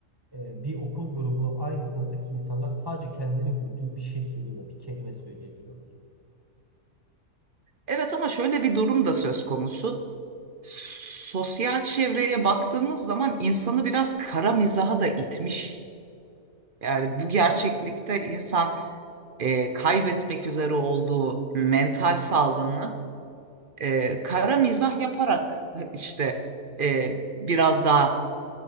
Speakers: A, on the right; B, on the right.
A: e, bir okul grubu aynı sınıftaki insanlar sadece kendilerini güldüğü bir şey söylüyor, bir kelime söyleyebiliyorlar.
B: Evet ama şöyle bir durum da söz konusu. Sosyal çevreye baktığımız zaman insanı biraz kara mizaha da itmiş Yani bu gerçeklikte insan e, kaybetmek üzere olduğu mental sağlığını e, kara mizah yaparak <laughs> işte e, biraz daha